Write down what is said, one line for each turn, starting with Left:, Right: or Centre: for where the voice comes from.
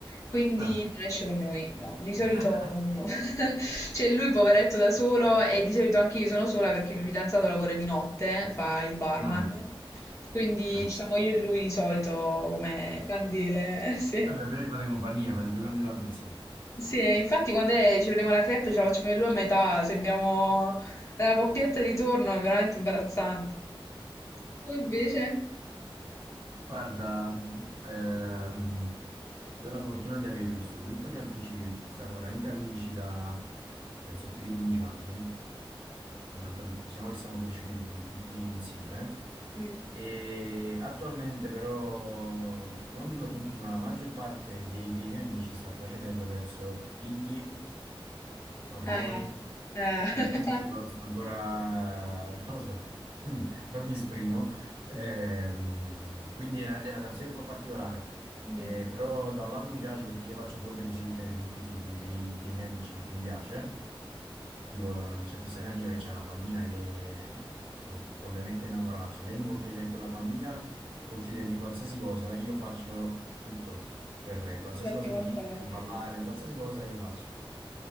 Left: quindi
Right: Ah,
Left: non esce con noi. No, di solito
Right: <laughs>
Left: no. <laughs> c'è lui poveretto da solo e di solito anche io sono sola perché il mio fidanzato lavora di notte, fa il barman.
Right: ah,
Left: Quindi
Right: capisco.
Left: ci siamo io e lui di solito come candele, <laughs> sì.
Right: Vabbè, me ne fate compagnia, fate due cani e la prinsesa.
Left: Sì, e infatti quando è- ci prendiamo la crepe ce la facciamo io e lui a metà, sembriamo la coppietta di turno, è veramente imbarazzante. Tu invece?
Right: Guarda, mh, ehm, io ho la fortuna di avere questo gruppo di amici che siamo veramente amici da, penso, più di 15 anni. fondamentalmente diciamo che siamo cresciuti in- tutti insieme
Left: Mm.
Right: e attualmente però non dico tutti ma la maggior parte dei, dei miei amici sta procedendo verso figli, matrimoni,
Left: Eh, eh.
Right: Me- io
Left: <laughs>
Right: sto ancora <laughs> non lo so, <laughs> non mi esprimo Ehm, quindi è una, è una situazione un po' particolare
Left: Mm,
Right: Eh, però da un lato mi piace perché io faccio un po' il babysitter di tutti i figli dei, dei miei amici perché mi piace Tipo, c'è questa mia amica che c'ha una bambina che sono follemente innamorata. Cioè, lei mi può chiedere, quella bambina può chiedermi qualsiasi cosa, io faccio tutto per lei. Qualsiasi
Left: Salti
Right: cosa
Left: mortali.
Right: mi Mm. chiede, devo ballare, qualsiasi cosa, io lo faccio.